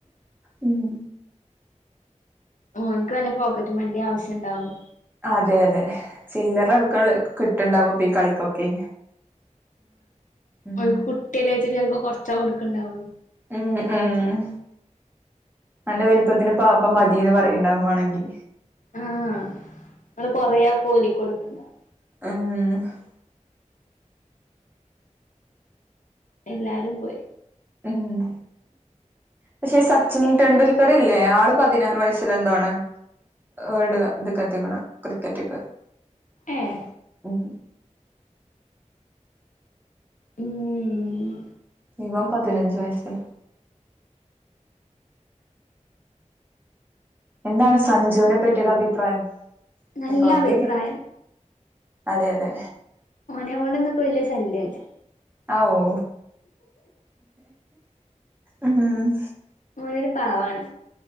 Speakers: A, on the right; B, on the left.
A: ഉം.
B: ഓനിക്ക് വല്ല പോക്കറ്റ് മണിണ്ടിം ആവശ്യണ്ടാവും.
A: അതെ അതെ ചില്ലറ ആൾക്ക്ള്ളേ കിട്ട്ണ്ടാവപ്പോ ഈ കളിക്കൊക്കെ. ഉം
B: ആഹ് ഓര്ക്ക് കുട്ട്യല്ലേച്ചിട്ട് ചൊലപ്പോ കൊറച്ചാ കൊടുക്ക്ണ്ടാവൊള്ളൂ.
A: ഉം ഉം. അൻ്റെ വലുപ്പത്തിന് പ്പാതൊക്കേ മതിന്ന് പറിയ്ണ്ടാവു വാണെങ്കീ
B: ആഹ് ഇങ്ങള് കൊറേ ആ കോലിക്കൊടുക്ക്ണ്ടാവു.
A: ഉം.
B: എല്ലാരും പോയി.
A: ഉം പക്ഷെ സച്ചിൻ
B: ഏഹ്
A: തെണ്ടുൽക്ക ക്കർ ഇല്ലേ ആള് പതിനാറ് വയസ്സിലെന്തോണ്. വേൾഡ് ഇത്ക്കെത്തീക്ക്ണേ ക്രിക്കറ്റ്ക്ക്.
B: ഏഹ്.
A: ഉം.
B: ഉം
A: ഇവം പതിനഞ്ച് വയസ്സിലും എന്താണ് സഞ്ജുവിനെ പറ്റിള്ള അഭിപ്രായം
B: നല്ല
A: ഇപ്പയ് കൂടി
B: അഭിപ്രായം
A: അതെ അതെ.
B: ഓനേം കൊണ്ടൊന്ന്പ്പോ വല്ല്യ ശല്ല്യല്ല.
A: ആ ഓ ഉം.
B: ഓനൊര് പാവാണ്.